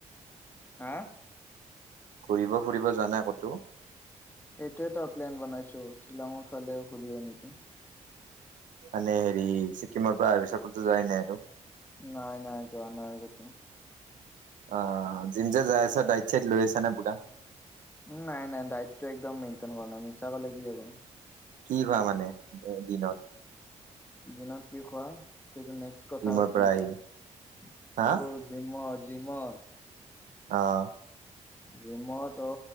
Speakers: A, on the left; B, on the right.
A: হা
B: ঘূৰিব ফুৰিব যোৱা নাই ক'তো?
A: এইটোৱেটো প্লেন বনাইছো শ্বিলাঙৰ ফালে ঘূৰিব নেকি।
B: মানে হেৰি ছিক্কিমৰ পৰা অহা পাছত কটো যোৱ নাই আৰু।
A: নাই নাই যোৱা নাই কটো।
B: অ জিম্ যে যাই আছে দাইত চাইত লৈ আছ নে পুৰা?
A: নাই নাই ডাইটটো একদম মেইনটেইন কৰা নাই মিছা কালে কি হ'ব।
B: কি খোৱা মানে এ দিনত?
A: দিনত কি খোৱা সেইটো নেক্স কথা
B: জিমৰ
A: পাতিম
B: পৰা আহি
A: দে অ
B: হা
A: জিমৰ জিমৰ।
B: অহ।
A: জিমত অ।